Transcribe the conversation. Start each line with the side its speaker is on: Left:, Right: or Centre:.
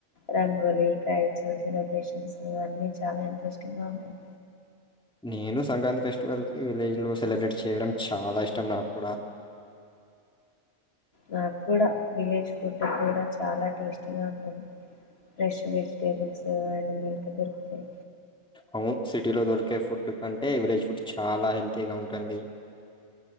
Left: రంగోలి కైడ్స్ సెలబ్రేషన్స్ అన్నీ చాలా ఇంట్రెస్టింగ్గా ఉంటాయి
Centre: నేను సంక్రాంతి ఫెస్టివల్ కి విలేజ్ లో సెలబ్రేట్ చేయడం చాలా ఇష్టం నాకు కూడా
Left: నాకు కూడా విలేజ్ ఫుడ్ కూడా చాలా టేస్టీగా ఉంటుంది ఫ్రెష్ వెజిటేబుల్స్ అండ్ మిల్క్ దొరుకుతాయి
Centre: అవును సిటీలో దొరికే ఫుడ్ కంటే విలేజ్ ఫుడ్ చాలా హెల్తీగా ఉంటుంది